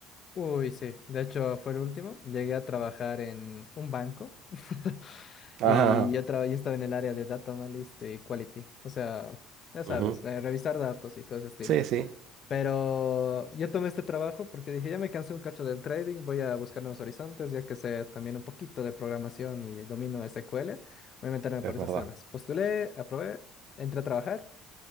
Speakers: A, on the left; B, on the right.
A: Uy, sí. De hecho, fue el último. Llegué a trabajar en un banco <laughs>
B: Ajá,
A: y yo, traba- yo estaba en el área de Data Analyst y Quality. O sea, ya sabes,
B: ujú.
A: eh, revisar datos y todo ese estilo.
B: Sí, sí,
A: Pero yo tomé este trabajo porque dije, ya me cansé un cacho del trading, voy a buscar nuevos horizontes, ya que sé también un poquito de programación y domino SQL, voy a meterme por
B: es
A: esas
B: verdad.
A: zonas. Postulé, aprobé, entré a trabajar.